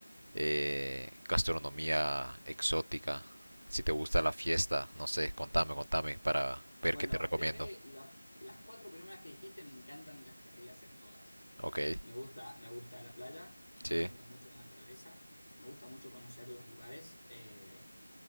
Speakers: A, on the right; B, on the left.
A: eh, gastronomía exótica, si te gusta la fiesta, no sé, contame, contame para ver
B: bueno,
A: qué te recomiendo.
B: creo que los- las cuatro primeras que dijiste me encantan y las querría hacer todas.
A: Ok,
B: Me gusta, me gusta la playa, me
A: sí.
B: gusta mucho la naturaleza, me gusta mucho conocer los lugares. eh,